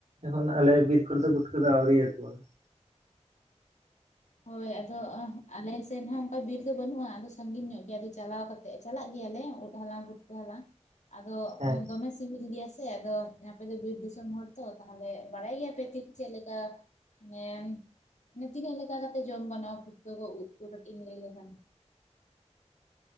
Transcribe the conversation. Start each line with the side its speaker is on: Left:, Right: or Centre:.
Right: ᱮᱠᱷᱚᱱ, ᱟᱞᱮ ᱵᱤᱨ ᱠᱚᱨᱮ ᱫᱚ, ᱜᱩᱴᱠᱟᱹ ᱫᱚ, ᱟᱹᱣᱨᱤ ᱭᱟᱠᱚᱣᱟ ᱾
Left: ᱦᱳᱭ! ᱟᱫᱚ, ᱟ ᱟᱞᱮ ᱥᱮᱫ ᱦᱚᱸ, ᱚᱱᱠᱟ ᱵᱤᱨ ᱫᱚ, ᱵᱟᱹᱱᱩᱜᱼᱟ ᱾ ᱟᱫᱚ, ᱥᱟᱺᱜᱤᱧ ᱧᱚᱜ ᱜᱮᱭᱟ, ᱪᱟᱞᱟᱣ ᱠᱟᱛᱮ, ᱪᱟᱞᱟᱜ ᱜᱮᱭᱟ ᱞᱮ, ᱩᱫ ᱦᱟᱞᱟᱝ ᱾ ᱛᱟᱦᱮᱱᱟ ᱾ ᱟᱫᱚ
Right: ᱦᱮᱸ
Left: ᱫᱚᱢᱮ, ᱥᱤᱵᱤᱞ ᱜᱮᱭᱟ ᱥᱮ, ᱟᱫᱚ, ᱟᱯᱮ ᱫᱚ ᱵᱤᱨ ᱫᱤᱥᱚᱢ ᱦᱚᱲ ᱛᱚ, ᱛᱟᱦᱚᱞᱮ, ᱵᱟᱲᱟᱭ ᱜᱮᱭᱟ ᱯᱮ ᱛᱚ ᱪᱮᱫ ᱞᱮᱠᱟ? ᱦᱮᱸᱼ ᱢ ᱛᱤᱱᱟᱹᱜ ᱞᱮᱠᱟ ᱠᱟᱛᱮᱜ, ᱡᱚᱢ ᱜᱟᱱᱚᱜᱼᱟ, ᱯᱷᱩᱴᱠᱟᱹ ᱠᱚ, ᱩᱫ ᱠᱚ, ᱠᱟᱹᱴᱤᱡ ᱮᱢ, ᱞᱟᱹᱭ ᱞᱮᱠᱷᱟᱱ?